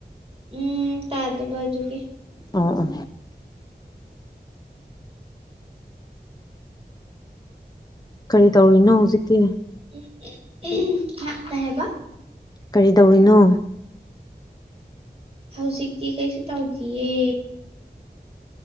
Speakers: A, on the right (about 35°); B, on the left (about 20°).
A: ꯎꯝ ꯇꯥꯗꯕ ꯑꯗꯨꯒꯤ
B: ꯑꯣ ꯑꯣ ꯀꯔꯤ ꯇꯧꯔꯤꯅꯣ ꯍꯧꯖꯤꯛꯇꯤ
A: ꯎꯝ ꯎꯝ ꯍꯥ ꯀꯩ ꯍꯥꯏꯕ
B: ꯀꯔꯤ ꯗꯧꯔꯤꯅꯣ
A: ꯍꯧꯖꯤꯛꯇꯤ ꯀꯩꯁꯨ ꯇꯧꯗꯤꯌꯦ